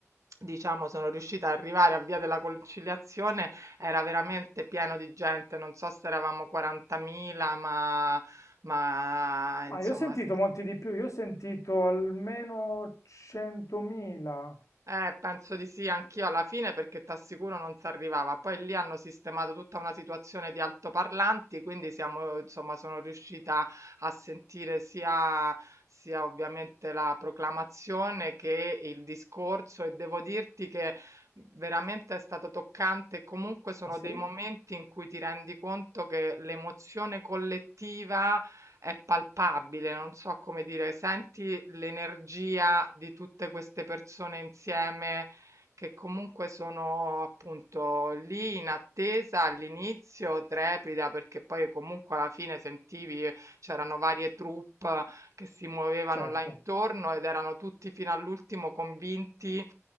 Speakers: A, on the right (about 75°); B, on the left (about 80°).
A: diciamo sono riuscita a arrivare a Via della Conciliazione, era veramente pieno di gente, non so se eravamo 40.000 ma ma insomma
B: ma io ho sentito
A: s
B: molti di più, io ho sentito almeno 100.000.
A: Eh, penso di sì, anch'io alla fine perché t'assicuro non si arrivava. Poi lì hanno sistemato tutta una situazione di altoparlanti, quindi siamo, insomma, sono riuscita a sentire sia, sia ovviamente la proclamazione che il discorso e devo dirti che veramente è stato toccante. Comunque sono
B: Ah sì?
A: dei momenti in cui ti rendi conto che l'emozione collettiva è palpabile, non so come dire, senti l'energia di tutte queste persone insieme che comunque sono appunto lì in attesa all'inizio, trepida, perché poi comunque alla fine sentivi c'erano varie troupe che si muovevano
B: Certo,
A: là intorno ed erano tutti fino all'ultimo convinti